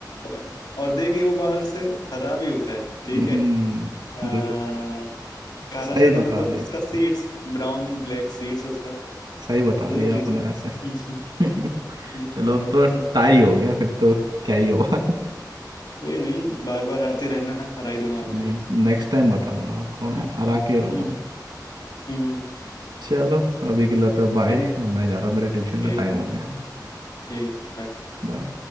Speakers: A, on the left (about 90°); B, on the right (about 75°).
A: और और देखिए वो बाहर से हरा भी होता है ठीक
B: हम्म
A: है अ,
B: बिल्कुल
A: काला
B: सही
A: शैतान
B: बता
A: मतलब
B: दिया
A: उसका सीड्स ब्राउन ब्लैक सीड्स उसका
B: सही बता
A: देख
B: दिया
A: लीजिए
B: आपने वैसे
A: <laughs>
B: <laughs>
A: देख
B: चलो
A: लीजिए
B: अब तो टाई हो गया फिर तो क्या ही होगा <laughs>
A: कोई नहीं बार बार आते रहना हरा ही दूंगा आपको
B: हम्म नेक्स्ट टाइम बताऊंगा आपको मैं
A: हम्म
B: हरा के रहूंगा
A: हम्म हम्म,
B: चलो अभी के लिए तो बाय
A: ठीक
B: मैं जा रहा हूँ मेरे ट्यूशन
A: ठीक
B: का टाइम हो गया
A: ठीक है बाय
B: बाय